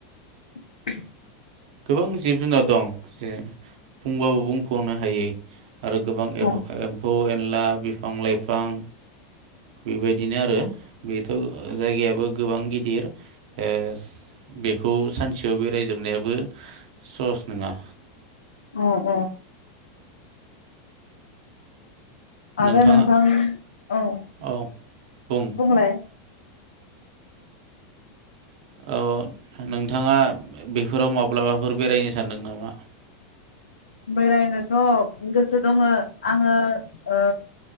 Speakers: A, on the left; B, on the right.
A: <unintelligible>
B: गोबां जिब जुनार दं जे बुंबाबो बुंख ख'नो हायै आरो गोबां एम
A: औ
B: एम्फौ ए अनला बिफां लाइफां बेबायदिनो आरो बेथ' जायगायाबो गोबां गिदिर ओ बेखौ सानसेयाव बेरायजोबनायाबो स'हस नोङा
A: औ औ आरो
B: नोंथाङा
A: नोंथां औ
B: औ बुं
A: बुंलाय
B: ओ नोंथाङा बेफोराव माब्लाबाफोर बेरायनो सानदों नामा?
A: बेरायनोथ' गोसो दङ आङो ओ